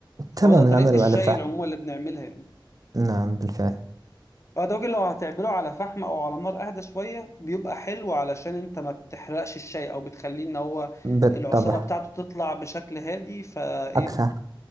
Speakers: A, on the right; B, on the left.
A: تمام
B: هو ده طريقه
A: نعمل
B: الشاي
A: على فحم
B: العموم اللي بنعملها يعني
A: نعم بالفعل
B: بعد وجه لو هتعمله على فحم او على نار اهدى شويه بيبقى حلو علشان انت ما بتحرقش الشاي او بتخليه ان هو
A: بالطبع
B: العصاره بتاعته تطلع بشكل هادي فايه
A: أكثر